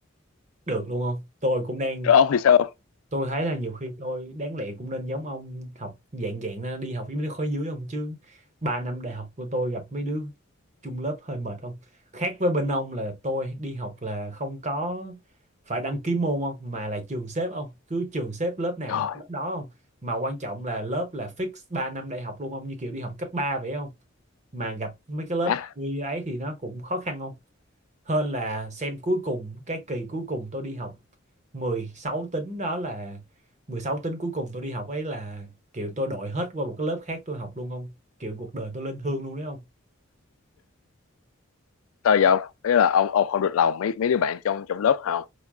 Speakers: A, on the right; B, on the left.
A: Được luôn không? Tôi cũng đang
B: rồi ông thì sao không
A: tôi thấy là nhiều khi tôi đáng lẽ cũng nên giống ông học dạng dạng ra, đi học với mấy đứa khối dưới không chứ ba năm đại học của tôi gặp mấy đứa chung lớp hơi mệt không khác với bên ông là tôi đi học là không có phải đăng ký môn không mà là trường xếp không cứ trường xếp lớp nào
B: trời
A: là học lớp đó không mà quan trọng là lớp là fix 3 năm đại học luôn không như kiểu đi học cấp 3 vậy không mà gặp mấy cái lớp
B: má
A: như ấy thì nó cũng khó khăn không hơn là xem cuối cùng cái kỳ cuối cùng tôi đi học 16 tính đó là 16 tính cuối cùng tôi đi học ấy là kiểu tôi đổi hết qua một cái lớp khác tôi học luôn không kiểu cuộc đời tôi lên hương luôn đấy không
B: sao vậy ông đấy là ông ông không được lòng mấy mấy đứa bạn trong trong lớp hả ông